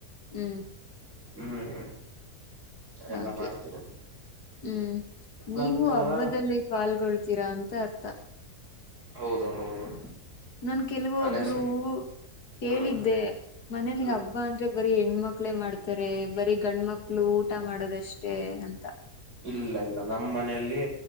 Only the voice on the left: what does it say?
ಹ್ಮ್
ಹಾಗೆ
ಹ್ಮ್ ನೀವು
ಹಬ್ಬದಲ್ಲಿ ಪಾಲ್ಗೊಳ್ತೀರಾ ಅಂತ ಅರ್ಥ.
ನನ್ ಕೆಲವೊಬ್ರು
ಕೇಳಿದ್ದೆ
ಮನೇಲಿ
ಹಬ್ಬ ಅ ಬರೀ ಹೆಣ್ಮಕ್ಳೇ ಮಾಡ್ತಾರೆ ಬರೀ ಗಂಡ ಮಕ್ಳು ಊಟ ಮಾಡೋದಷ್ಟೇ ಅಂತ.